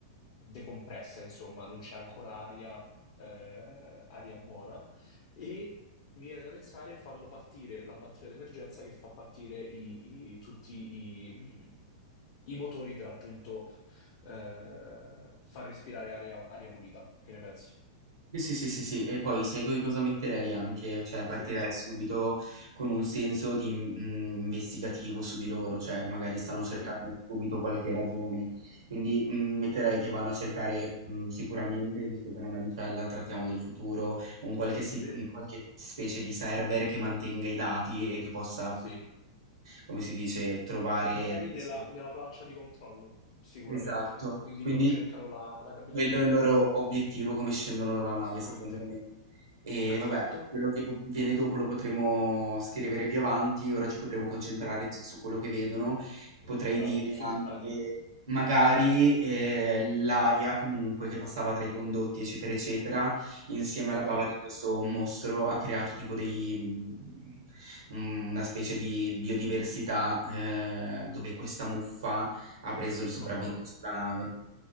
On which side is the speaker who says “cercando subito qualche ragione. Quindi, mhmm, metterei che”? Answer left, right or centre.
Right